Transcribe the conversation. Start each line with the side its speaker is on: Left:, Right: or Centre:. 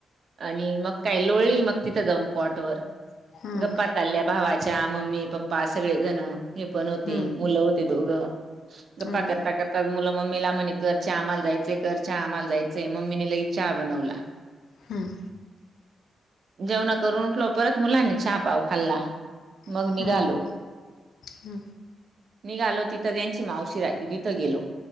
Right: आणि मग काही लोळणी मग तिथं जाऊन कॉट वर
Left: हम्म
Right: गप्प. चालल्या भावाच्या मम्मी पप्पा सगळे जण हे पण होते
Left: हम्म
Right: मुलं होते दोघं. गप्पा
Left: हम्म
Right: करता कर. तर मुलं मम्मीला म्हणे कर च आम्हाला जायंय कर चहा आम्हाला जायचें मम्मीने लगेच चहा बनवला.
Left: हम्म.
Right: जेवणा करून उठलो परत मुलांनी चहा पाव खाल्ला मग
Left: हम्म
Right: निघालो
Left: हम्म
Right: निघालो तिथं त्यांची मावशी राहते तिथं गेलो